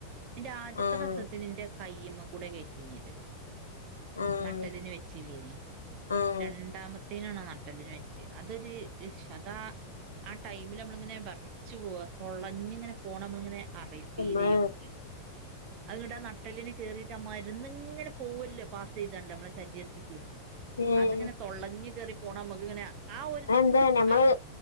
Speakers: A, on the right; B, on the left.
A: ന്റെ ആദ്യത്തെ
B: ആഹ്
A: പ്രശ്നത്തിന് ന്റെ കയ്യ്മ്മ കൂടെ കേറ്റീനത്
B: ആഹ്
A: നട്ടല്ലിന് വെച്ചില്ലേനി
B: ആഹ്
A: രണ്ടാമത്തേനാണോ നട്ടല്ലിന് വെച്ച് അതൊരു ശദാ ആ ടൈമില് നമ്മളിങ്ങനെ വെറച്ച് പോവാ. തൊളഞ്ഞ് ങ്ങനെ പോണ നമ്മളിങ്ങനെ അറിം. ഫീലെയ്യും
B: ഇമ്മേ
A: മ്മക്ക്. അതൂട്ടആ നട്ടല്ലിന് കേറി മര്ന്ന്ങ്ങനെ പോവല്ലേ പാസെയ്താണ്ട് നമ്മളെ ശരീരത്തിക്ക്
B: ഏഹ്
A: അതിങ്ങനെ തൊള്ളഞ്ഞ് കേറി പോണം നമ്മക്ങ്ങനെ ആ ഒര്
B: അതെന്താ
A: സ ന്ക്ക്
B: ഞമ്മള്
A: ഐ